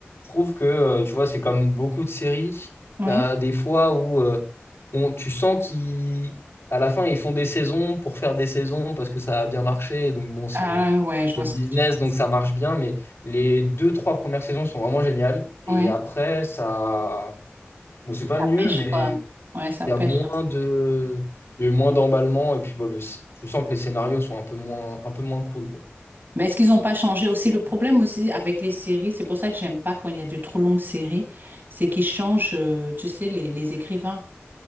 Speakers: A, on the left (about 75°); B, on the right (about 50°).
A: je trouve que, euh, tu vois, c'est comme beaucoup de séries.
B: ouais.
A: T'as des fois où euh, on- tu sens qu'ils, à la fin, ils font des saisons pour faire des saisons parce que ça a bien marché. Et Donc, bon, c'est
B: Ah, ouais, je vois
A: c'est le
B: ce
A: business,
B: que tu veux.
A: donc ça marche bien. Mais les deux, trois premières saisons sont vraiment géniales.
B: Ouais.
A: Et après, ça. Bon, c'est pas
B: Ça
A: nul,
B: pêche,
A: mais
B: quoi. Ouais, ça
A: il
B: pêche.
A: y a moins
B: hein.
A: de. Il y a eu moins d'emballement. Et puis, bon, le- tu sens que les scénarios sont un peu moins, un peu moins cool, quoi.
B: Mais est-ce qu'ils n'ont pas changé aussi le problème aussi avec les séries? C'est pour ça que j'aime pas quand il y a de trop longues séries, c'est qu'ils changent, euh, tu sais, les, les écrivains.